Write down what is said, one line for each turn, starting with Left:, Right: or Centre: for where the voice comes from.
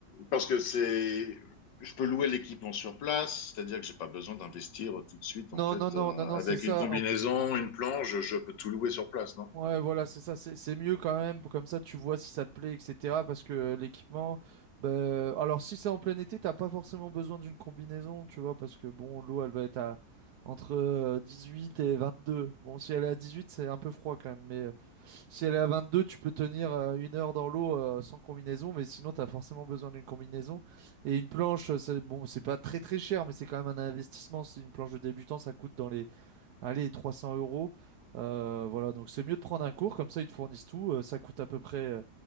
Left: parce que c'est, je peux louer l'équipement sur place, c'est-à-dire que j'ai pas besoin d'investir tout de suite,
Right: Non,
Left: en fait,
Right: non, non,
Left: euh,
Right: non, non,
Left: avec
Right: c'est ça.
Left: une combinaison,
Right: En
Left: une planche, je peux tout louer sur place, non?
Right: Ouais, voilà, c'est ça, c'est c'est mieux quand même, comme ça tu vois si ça te plaît, etc. Parce que euh, l'équipement, bah, alors si c'est en plein été, t'as pas forcément besoin d'une combinaison, tu vois, parce que bon, l'eau elle va être à entre euh, 18 et 22. Bon, si elle est à 18, c'est un peu froid quand même, mais euh, si elle est à 22, tu peux tenir euh, une heure dans l'eau euh, sans combinaison, mais sinon t'as forcément besoin d'une combinaison. Et une planche, euh, c'est bon, c'est pas très très cher, mais c'est quand même un investissement. Si une planche de débutant, ça coûte dans les allez, 300 euros. Euh, voilà, donc c'est mieux de prendre un cours, comme ça ils te fournissent tout. Euh, ça coûte à peu près euh,